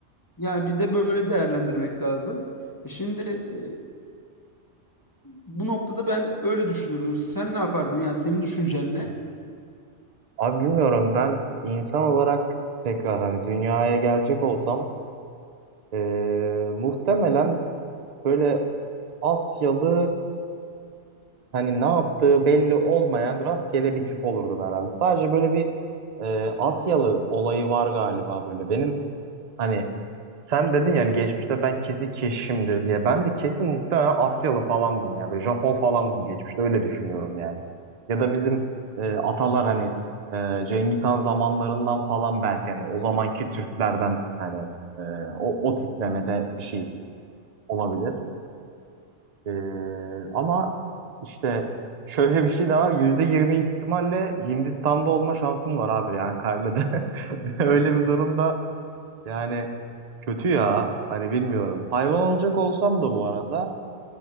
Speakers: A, on the left (about 20°); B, on the right (about 40°).
A: Yani bir de böyle değerlendirmek lazım. E Şimdi e, bu noktada ben öyle düşünürdüm. Sen ne yapardın? Yani senin düşüncen ne?
B: Abi bilmiyorum ben insan olarak tekrar hani dünyaya gelecek olsam e, muhtemelen böyle Asyalı hani ne yaptığı belli olmayan rastgele bir tip olurdun herhalde. Sadece böyle bir e, Asyalı olayı var galiba böyle. Benim hani sen dedin yani geçmişte ben kesin keşişimdir diye. Ben de kesin muhtemelen Asyalı falandım ya. Böyle Japon falandım geçmişte öyle düşünüyorum yani. Ya da bizim e, atalar hani e, Cengiz Han zamanlarından falan belki hani o zamanki Türklerden hani e, o, o tiplemede bir şey olabilir. Ee, ama işte şöyle bir şey de var. yüzde yirmi ihtimalle Hindistan'da olma şansın var abi yani karnede. <laughs> Öyle bir durumda yani kötü ya. Hani bilmiyorum. Hayvan olacak olsam da bu arada